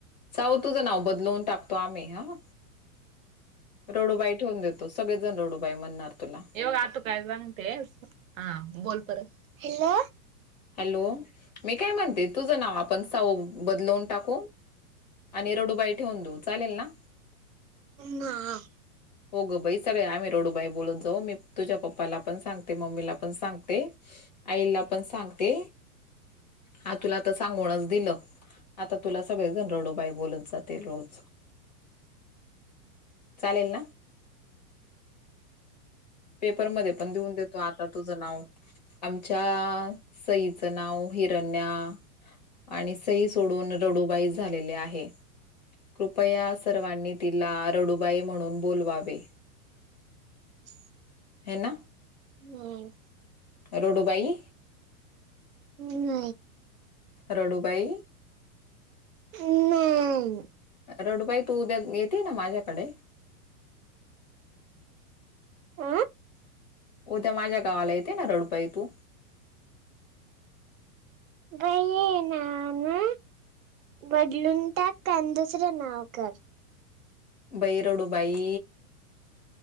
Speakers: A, on the left (about 30°); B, on the right (about 60°).
A: सावू तुझं नाव बदलवून टाकतो आम्ही ह रडू बाई ठेवून देतो. तो सगळे जण रडू बाई म्हणणार तुला
B: ये बघ आ तो काय सांगते हा बोल परत हलो
A: हॅलो मी काय म्हणते तुझं नाव आपण साऊ बदलवून टाकू आणि रडूबाई ठेवून देऊ चालेल ना.
B: नाय.
A: <inaudible> हो गं बाई सगळे आम्ही रडूबाई बोलत जाऊ मी तुझ्या पप्पाला पण सांगते मम्मीला पण सांगते. आईला पण सांगते हा तुला तर सांगूनच दिलं. आता तुला सगळे जण रडू बाई बोलत जातील रोज चालेल ना. पेपरमध्ये पण देऊन देतो आता तुझं नाव आमच्या सईचं नाव हिरण्या्या आणि सोडून रडुबाई झाले आहे कृपया सर्वांनी तिला रड बाई म्हणून बोलवावे.
B: <inaudible>
A: आहे ना
B: हम्म
A: रडूबाई
B: हम्म
A: रडूबाई
B: हम नाय
A: रडुबाई तू उद्या येते ना माझ्याकडे
B: आ
A: उद्या माझ्या गावाला येते ना रडुबाई तू
B: बाई ये ना ना बदलून टात पण दुसरं नाव कर.
A: बाई रडु बाई